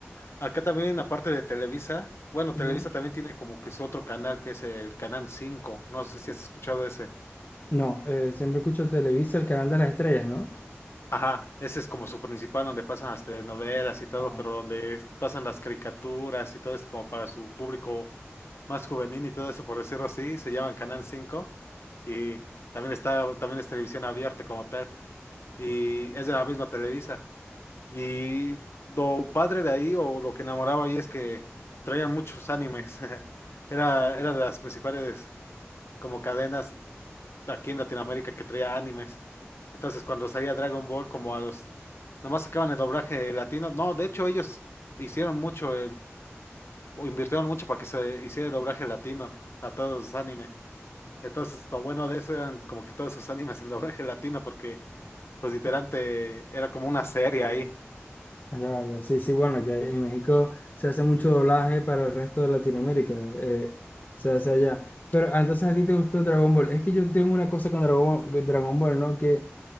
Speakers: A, on the left; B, on the left.
A: acá también aparte de Televisa, bueno,
B: Ujú.
A: Televisa también tiene como que su otro canal que es el Canal cinco No sé si has escuchado ese.
B: No, eh, siempre escucho Televisa, el canal de las estrellas, ¿no?
A: Ajá, ese es como su principal donde pasan las telenovelas y todo,
B: Ah,
A: pero donde es- pasan las caricaturas y todo eso como para su público más juvenil y todo eso, por decirlo así, se llaman Canal Cinco y también está, también es televisión abierta como tal y es de la misma Televisa. Y lo padre de ahí o lo que enamoraba ahí es que traían muchos animes. <laughs> Era,
B: no.
A: era de las principales como cadenas aquí en Latinoamérica que traía animes. Entonces, cuando salía Dragon Ball, como a los, nomás sacaban el doblaje latino. No, de hecho, ellos hicieron mucho, el- o invirtieron mucho para que se hiciera el doblaje latino a todos los animes. Entonces, lo bueno de eso eran como que todos sus animes en doblaje latino, porque, pues, literalmente era como una serie ahí.
B: Ya, ya, sí, sí, bueno, que en México se hace mucho doblaje para el resto de Latinoamérica, eh, se hace allá. Pero ah, entonces a ti te gustó Dragon Ball. Es que yo tengo una cosa con Dragon, Dragon Ball, ¿no? Que